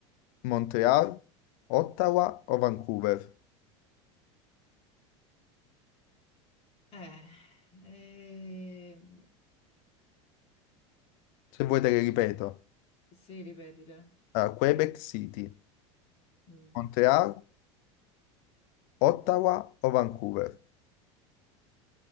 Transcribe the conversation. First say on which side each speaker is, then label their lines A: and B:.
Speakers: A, on the left; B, on the left.
A: Montreal, Ottawa o Vancouver.
B: Eh, ehm,
A: Se vuoi te le ripeto,
B: sì, ripetile.
A: Allora, Quebec City,
B: Mm.
A: Montreal, Ottawa o Vancouver?